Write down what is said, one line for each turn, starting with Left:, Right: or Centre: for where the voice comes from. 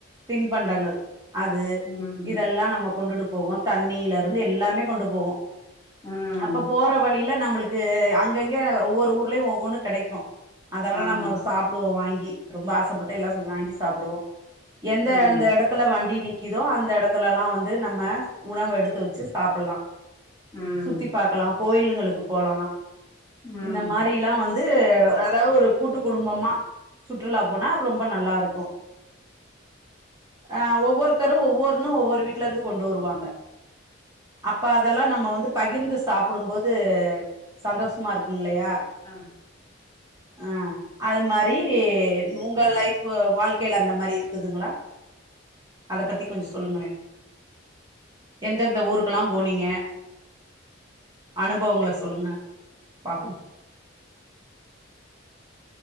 Right: தின்பண்டங்கள் அது
Left: ம்
Right: இதெல்லா நம்ம கொண்டுட்டு போவோ தண்ணியில இருந்து எல்லாமே கொண்டு போவோ
Left: ம்
Right: அப்ப போற வழியில நம்ளுக் அங்க அங்கங்க ஒவ்வொரு ஊர்லயு ஒவ்வொன்னு கெடைக்கு அதெல்லா
Left: ஆமா
Right: நம்ம சாப்டுவோ வாங்கி யி ரொம்ப ஆசப்பட்டு எல்லா செஞ்சு அங்கே வாங்கி சாப்டுவோ எந்தந்த
Left: ம்
Right: எடத்துல வண்டி நிக்கிதோ அந்த எடத்துலலா வந்து நம்ம உணவு எடுத்து வச்சு சாப்புல்லா
Left: ம்
Right: சுத்தி பாக்கலா கோயிலுங்களுக்கு போலா
Left: ம்
Right: இந்த மாரில்லா வந் ந்து அதாவது ஒரு கூட்டு குடும்பமா சுற்றுலா போனா ரொம்ப நல்லா இருக்கூ ஆ ஒவ்வொருத்தரு ஒவ்வொருன்னு ஒவ்வொரு வீட்ல இருந்து கொண்டு வருவாங்க அப்ப அதெல்லா நம்ம வந்து பகிர்ந்து சாப்டும் போது சந்தோஷ்மா இருக்கும்லயா
Left: ஆ
Right: அஹ அது மாரி உங்க லைஃபு வாழ்க்கைல அந்த மாரி இருக் இருக்குதுங்ளா அத பத்தி கொஞ்ச சொல்லுங்களே எந்தெந்த ஊருகெல்லா போனீங்க அனுபவங்கள சொல்லுங்க பாப்போம்